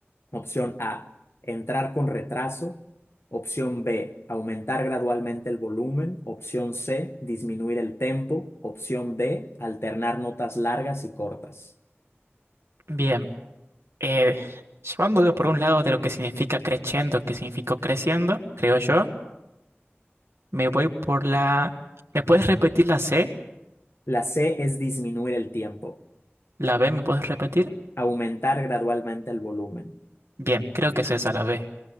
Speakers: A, on the left; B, on the right.
A: opción A, entrar con retraso, opción B, aumentar gradualmente el volumen, opción C, disminuir el tempo, opción D, alternar notas largas y cortas.
B: Bien. Eh, llevándolo por un lado de lo que significa crescendo, que significó creciendo, creo yo, me voy por la... ¿Me puedes repetir la C?
A: La C es disminuir el tiempo,
B: ¿La B me puedes repetir?
A: aumentar gradualmente el volumen.
B: Bien, creo que es esa la B.